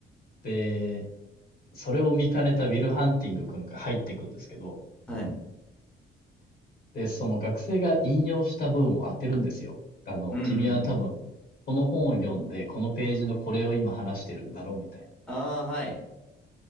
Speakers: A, on the left; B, in the centre.
A: で、それを見かねたウィル・ハンティング君が入ってくんですけど、
B: はい。
A: で、その学生が引用した文を当てるんですよ。あの、
B: うんうんうん。
A: 君は多分、この本を読んで、このページのこれを今話してるんだろうみたいな。
B: ああ、はい。